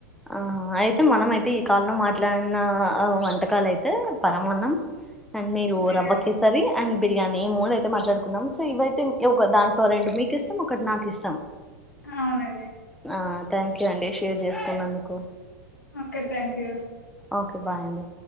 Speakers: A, in the centre; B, on the left.
A: ఆ అయితే మనం అయితే ఈ కాల్లో మాట్లాడిన వంటకాలు అయితే పరమాన్నం అండ్ మీరు
B: బిర్యానీ
A: రవ్వకేసరి అండ్ బిర్యానీ మూడు అయితే మాట్లాడుకున్నాం సో ఇవయితే ఒక దాంట్లో రెండు మీకు ఇష్టం ఒకటి నాకు ఇష్టం
B: అవునండి
A: ఆ థ్యాంక్ యూ అండి షేర్ చేసుకున్నందు కు
B: okay thank you
A: okay bye అండి